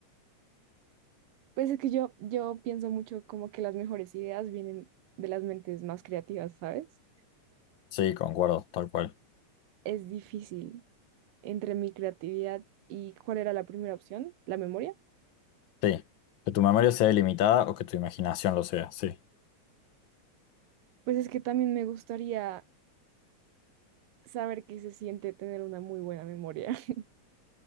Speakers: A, on the right; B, on the left.
A: Pues es que yo yo pienso mucho como que las mejores ideas vienen de las mentes más creativas, ¿sabes?
B: Sí, concuerdo, tal cual.
A: Es difícil entre mi creatividad y cuál era la primera opción, la memoria.
B: Sí. Que tu memoria sea ilimitada o que tu imaginación lo sea, sí.
A: Pues es que también me gustaría saber qué se siente tener una muy buena memoria. <laughs>